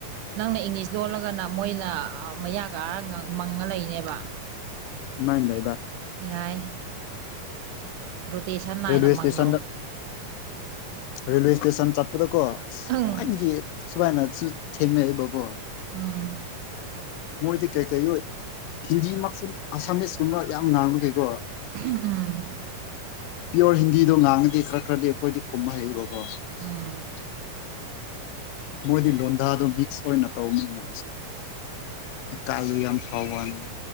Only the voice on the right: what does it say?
ꯅꯪꯅ ꯏꯪꯂꯤꯁ ꯂꯣꯜꯂꯒꯅ ꯃꯣꯏꯅ ꯃꯌꯥ ꯀꯔ ꯃꯪꯉ ꯂꯩꯅꯦꯕ
ꯌꯥꯏ ꯔꯣꯇꯦꯁꯟ ꯅꯥꯏꯅ
ꯃꯥꯡꯅꯧ
ꯎꯝ
ꯎꯝ
ꯎꯝ
ꯎꯝ